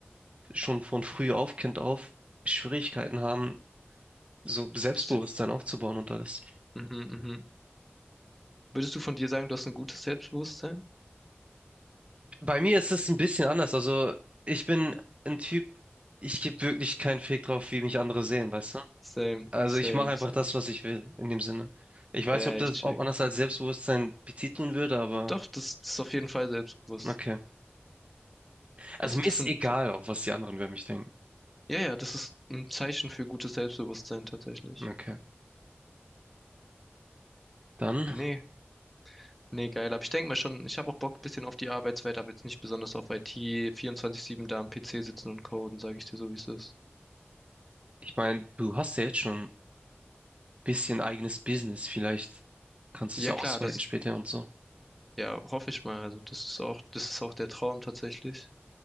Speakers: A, on the right; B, in the centre.
A: schon von früh auf, Kind auf, Schwierigkeiten haben, so Selbstbewusstsein
B: sie-
A: aufzubauen und alles.
B: Mhm, mhm. Würdest du von dir sagen, du hast ein gutes Selbstbewusstsein?
A: Bei mir ist es ein bisschen anders. Also ich bin ein Typ, ich gebe wirklich keinen Fick drauf, wie mich andere sehen, weißt du?
B: Same,
A: Also
B: same,
A: ich mache einfach
B: same.
A: das, was ich will, in dem Sinne. Ich weiß
B: Ja,
A: nicht, ob das,
B: ich check.
A: ob man das als Selbstbewusstsein betiteln würde, aber
B: Doch, das, das ist auf jeden Fall selbstbewusst.
A: okay. Also
B: Also
A: mir
B: das
A: ist
B: sind,
A: egal, auch was die anderen über mich denken.
B: ja, ja, das ist ein Zeichen für gutes Selbstbewusstsein tatsächlich.
A: Okay. Dann,
B: Nee, nee, geil. Aber ich denke mal schon, ich habe auch Bock ein bisschen auf die Arbeitswelt, aber jetzt nicht besonders auf IT, 24/7 da am PC sitzen und coden, sage ich dir so, wie es ist.
A: ich meine, du hast ja jetzt schon ein bisschen eigenes Business. Vielleicht kannst
B: Ja,
A: du es ja
B: klar,
A: ausweiten
B: das,
A: später und so.
B: ja, hoffe ich mal. Also das ist auch, das ist auch der Traum tatsächlich.